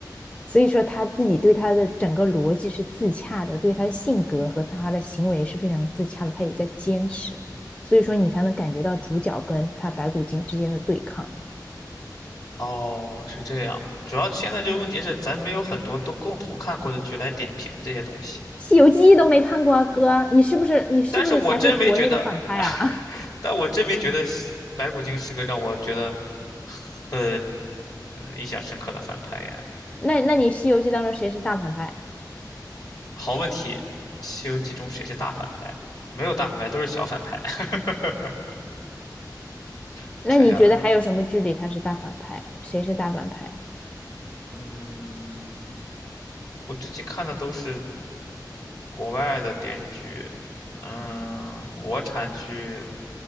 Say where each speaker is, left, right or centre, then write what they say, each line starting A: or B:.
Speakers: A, on the left; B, on the left.
A: 所以说他自己对他的整个逻辑是自洽的，对他的性格和他的行为是非常自洽的，他有在坚持，所以说你才能感觉到主角跟他白骨精之间的对抗。
B: 哦，是这样。主要现在这个问题是，咱没有很多都共同看过的剧来点评这些东西。
A: 《西游记》都没看过啊，哥，你是不是你是不是才是国内的反派啊？
B: 但是我真没觉得，<laughs> 但我真没觉得白骨精是个让我觉得很印象深刻的反派耶。
A: <laughs> 那那你《西游记》当中谁是大反派？
B: 好问题，《西游记》中谁是大反派？没有大反派，都是小反派。<laughs> 我想想啊，
A: 那你觉得还有什么剧里他是大反派？谁是大反派？
B: 嗯，我最近看的都是。国外的电视剧，嗯，国产剧